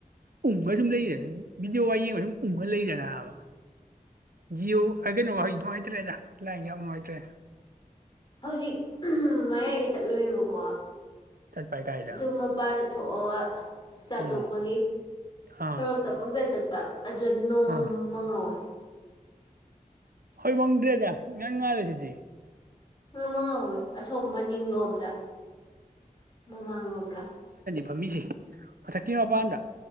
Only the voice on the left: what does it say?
ꯍꯧꯖꯤꯛ ꯃꯌꯥꯏꯒ ꯆꯠꯂꯨꯑꯦꯕꯀꯣ
ꯑꯗꯨꯝ ꯃꯄꯥ ꯊꯣꯛ ꯒꯥ ꯆꯥꯊꯣꯛꯄꯒꯤ
ꯁꯣꯔꯣꯛꯇ ꯄꯪꯆꯠ ꯆꯠꯄ ꯑꯗꯨꯗ ꯅꯣꯡ
ꯃꯍꯧꯋꯦ
ꯅ ꯑꯃ ꯉꯧꯋꯏ ꯑꯁꯣꯝ ꯃꯅꯤꯡꯂꯣꯝꯗ ꯃꯃꯥꯡꯂꯣꯝꯂ